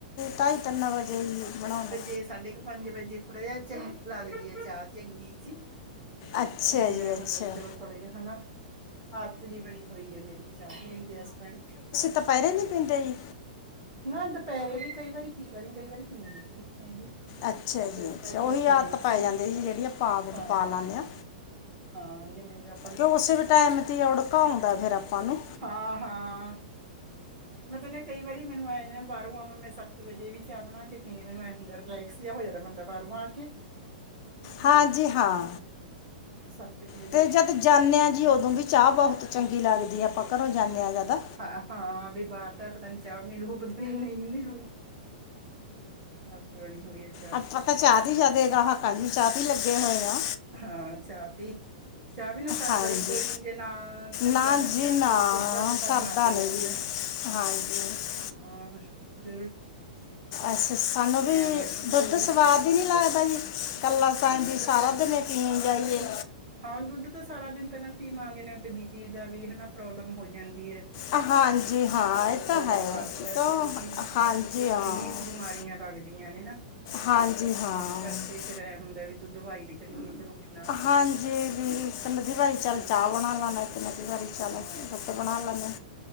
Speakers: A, on the left; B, on the right.
A: ਢਾਈ ਤਿੰਨ ਵਜੇ ਈ ਬਨੋਣੇ।
B: ਤੇ ਸਾਡੇ ਕ ਪੰਜ ਵਜੇ ਥੋੜ੍ਹਾ ਜਾ ਚੰ ਲੱਗਦੀ ਆ ਚਾਹ ਚੰਗੀ ਜੀ।
A: ਅੱਛਾ
B: ਉ ਵੀ
A: ਜੀ
B: ਐ
A: ਅੱਛਾ
B: ਹੁੰਦਾ ਵੀ ਚਲੋ ਓ ਥੋੜੇ ਜੇ ਹਨਾ। ਆਤ ਜੀ ਬਣੀ ਹੋਈ ਐ ਮੇਰੀ ਚਾਹ ਪੀਣ ਦੀ ਏਸ ਟਾਈਮ।
A: ਦਪੈਰੇ ਨੀ ਪੀਂਦੇ ਜੀ?
B: ਨਾ ਦਪੈਰੇ ਵੀ ਕਈ ਵਾਰੀ ਪੀ ਲਣੀ, ਕਈ ਵਾਰੀ ਪੀਂਦੇ ਵੀ ਨੀ ਹੈਗੀ।
A: ਅੱਛਾ
B: ਬਸ
A: ਜੀ। ਅੱਛਾ
B: ਅੱਜ
A: ਓਹੀ
B: ਮੈਂ ਪੀ
A: ਆੱਤ
B: ਲਈ ਸੀ
A: ਪੈ ਜਾਂਦੀ ਐ, ਜੀ ਜੇੜੀ ਆਪਾ ਆਦਤ
B: ਹਾਂ
A: ਪਾ ਲਣੇ ਆ।
B: ਹਾਂ ਜਿਵੇਂ ਮਿਲਗਯਾ।
A: ਕਿ ਓਸੇ ਵੀ ਟੈਮ ਤੇ ਈ ਔੜਕਾ ਔਨਦਾ ਫੇਰ ਆਪਾਂ ਨੂੰ।
B: ਹਾਂ-ਹਾਂ। ਮਤਲਬ ਕਈ ਵਾਰੀ ਮੈਨੂੰ ਐਂ ਬਾਹਰੋਂ ਆਵਾ ਮੈਂ ਸੱਤ ਵਜੇ ਵੀ ਚਾਹ ਬਣਾ ਕੇ ਪੀਨੀ ਮੈਨੂੰ ਐ ਹੁੰਦਾ। ਰਲੈਕਸ ਜਾ ਹੋ ਜਾਦਾ ਬੰਦਾ ਬਾਹਰੋਂ ਆ ਕੇ।
A: ਹਾਂ, ਜੀ, ਹਾਂ।
B: ਸੱਤ ਕੁ
A: ਅਤੇ ਜਦ ਜਾਂਦੇ ਆ ਜੀ ਉਦੋਂ ਵੀ ਚਾਹ ਬਹੁਤ ਚੰਗੀ ਲੱਗਦੀ ਐ, ਆਪਾਂ ਘਰੋਂ ਜਾਂਦੇ ਆ ਜਦ।
B: ਹ ਹਾਂ ਵੀ ਬਾਹਰ ਤਾਂ ਪਤਾ ਨੀ ਚਾਹ ਮਿਲੂ ਪਤਾ ਨੀ ਨਹੀਂ ਮਿਲੂ। ਆਦਤ ਬਣੀ ਹੋਈ ਆ ਜੀ।
A: ਆਪਾ ਤਾਂ ਚਾਹ ਹੀ ਜ਼ਿਆਦੇ ਗਾਹਕ ਜੀ ਚਾਹ ਤੇ ਈ ਲੱਗੇ ਹੋਏ ਆ।
B: ਹਾਂ, ਚਾਹ ਪੀ ਚਾਹ ਵੀਨਾ ਸਰਦਾ
A: ਹਾਂਜੀ
B: ਈ ਕੋਈ ਨੀ। ਜੇ ਨਾ ਤਿੰਨ
A: ਨਾ
B: ਚਾਰ ਵਾਰੀ
A: ਜੀ
B: ਚਾਹ
A: ਨਾ
B: ਪੀਏ ਸਿਰ ਦਰਦ ਕਰਨ
A: ਸਰਦਾ
B: ਲੱਗ
A: ਨਹੀਂ
B: ਜਾਂਦਾ
A: ਜੀ
B: ਨਾ।
A: ਹਾਂਜੀ।
B: ਹਾਂ। ਜ
A: ਅੱਛਾ, ਸਾਨੂੰ ਵੀ
B: ਹੋਇਆ ਸ਼ੁਰੂ
A: ਦੁੱਧ
B: ਤੋਂ ਉਹੀ
A: ਸਵਾਦ
B: ਆਦਤ
A: ਈ ਨੀ ਲੱਗਦਾ ਜੀ। ਕੱਲਾ ਸਾਇਦੀ
B: ਹਾਂਜੀ
A: ਸਾਰਾ ਦਿਨ ਪੀਏ ਜਾਈਏ।
B: ਹਾਂ, ਦੁੱਧ ਤਾਂ ਸਾਰਾ ਦਿਨ ਤਾਂ ਨਾ ਪੀਵਾਂਗੇ ਨੇ ਤੇ ਬੀ ਪੀ ਦਾ ਵੀ ਹਨਾ, ਪ੍ਰੋਬਲਮ ਹੋ ਜਾਂਦੀ ਏ।
A: ਹਾਂਜੀ ਹਾਂ
B: ਕਸਟਰੋਲ
A: ਇਹ ਤਾਂ ਹੈ
B: ਵੱਧਦਾ
A: ਤਾਂ
B: ਦੁੱਧ ਪੀਣ ਨਾਲ
A: ਹਾਂਜੀ
B: ਹਨਾ,
A: ਹਾਂ
B: ਕਈ ਬਿਮਾਰੀਆਂ ਲੱਗਦੀਆਂ। ਨੇ ਨਾ,
A: ਹਾਂਜੀ ਹਾਂ
B: ਇਸ ਕਰਕੇ ਫੇਰ ਐ ਹੁੰਦਾ ਵੀ, ਦੁੱਧ ਵਾਈਡ ਕਰੀਏ ਚਲੋ। ਵੀ ਨਾ ਪੀਵੇ
A: ਹਾਂਜੀ, ਦੀ ਮਧੀ ਵਾਰੀ ਚੱਲ
B: ਹਾਂ
A: ਚਾਹ ਬਣਾ ਲੈਂਨੇ। ਇੱਕ-ਅੱਧੀ ਵਾਰੀ
B: ਹਾਂ
A: ਚੱਲ ਦੁੱਧ ਬਣਾ ਲੈਂਨੇ ਆ।